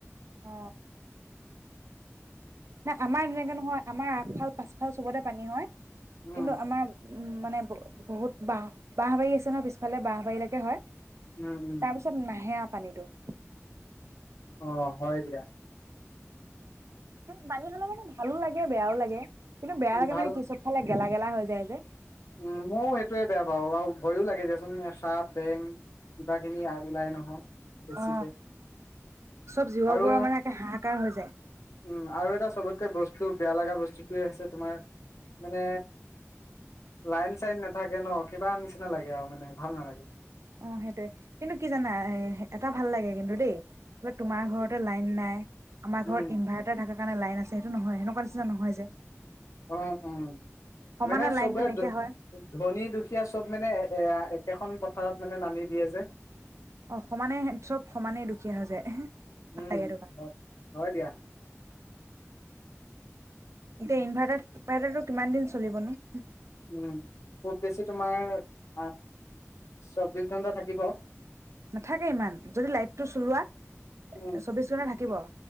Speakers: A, on the right; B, on the left.
A: অ নাই আমাৰ এনেকে নহয় আমাৰ আগফাল পাচফাল চবতে পানী হয়
B: উম
A: কিন্তু আমাৰ উম মানে বহুত বাহ বহ বাৰী আছে ন পিছফালে বাহ বাৰীলৈকে হয়
B: উম উম
A: তাৰপিছত নাহে পনটো
B: অহ হয় দিয়া
A: পানী হ'লে মানে ভালো লাগে বেয়াও লাগে কিন্তু বেয়া লাগো
B: ভাল
A: মানে কি চবফালে গেলা গেলা হৈ যায় যে
B: উম ময়ো সেইটোয়ে বেয়া পাওঁ আৰু ভয়ো লাগে দে চোন সাপ বেং কিবা খিনি ওলাই নহয় বেছিকে
A: অ চব জীৱবোৰৰ
B: আৰু
A: মানে একে হাহাকাৰ হৈ যায়
B: উম আৰু এটা চবতকে বস্তু টো বেয়া লগা বস্তুটয়ে হৈছে তোমাৰ মানে লাইন চাইন নাথাকে ন কিবা নিচিনা লাগে আৰু মানে ভাল নালাগে
A: অ সেইটোৱে কিন্তু কি জানা এ এটা ভাল লাগে কিন্তু দেই তোমাৰ ঘৰতে লাইন নাই আমাৰ
B: উম
A: ঘৰত ইনভাটাৰ থাকা স কাৰণে লাইন আছে সেইটো নহয় সেনেকুৱা নিচিনা নহয় যে
B: উ উম
A: সমানে
B: মানে
A: লাইনটো
B: চবে
A: নাইকিয়া হয়
B: ধনী দুখীয়া চব মানে এ একেখন থত মানে নামি দিয়ে যে
A: অ সমানে চব সমানেই দুখীয়া হৈ যায় হ ভাল
B: উম
A: লাগে হেটো পা
B: হয় হয় দিয়া
A: এতিয়া ইনভাৰ্টাৰ ইনভাৰ্টাৰটো কিমান দিন চলিব নো
B: উম খুব বেছি তোমাৰ আহ চৌবিশ ঘন্টা থাকিব
A: নাথাকে ইমান যদি লাইটটো চলোৱা
B: উম
A: চৌবিশ ঘন্টা থাকিব